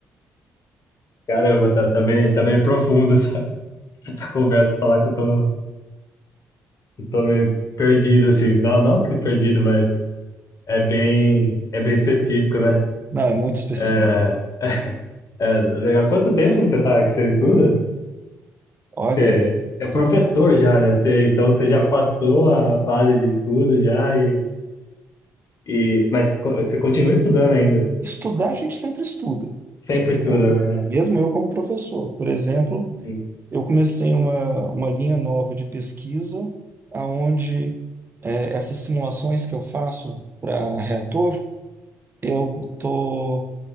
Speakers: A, on the left; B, on the right.
A: Caramba, tá, tá bem, tá bem profundo essa, <laughs> essa conversa, falar que eu tô, eu tô meio perdido, assim. Não, não que perdido, mas é bem, é bem específico, né?
B: Não, é muito específico.
A: É, é, legal. quanto tempo que você tá, que você estuda?
B: Olha,
A: Você é professor já, né? Você, então você já passou a fase de estudo já e, e mas co- você continua estudando ainda.
B: estudar a gente sempre estuda,
A: Sempre
B: só que
A: estuda,
B: eu-
A: né?
B: mesmo eu como professor. Por exemplo,
A: Sim.
B: eu comecei uma, uma linha nova de pesquisa, aonde eh, essas simulações que eu faço para reator, eu tô,